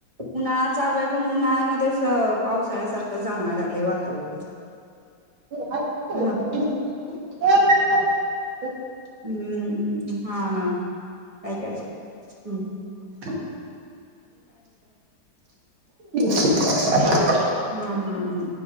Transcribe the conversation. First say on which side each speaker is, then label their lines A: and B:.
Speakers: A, on the right; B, on the right.
A: उन्हाळा चालू आहे पण उन्हाळ्यामध्येच पावसाळ्यासारखं जाणवाय लागलय वातावरण
B: <unintelligible>
A: हा
B: <unintelligible>
A: हम्म हाना काय करायचं हम्म
B: काय ते
A: हां हां हां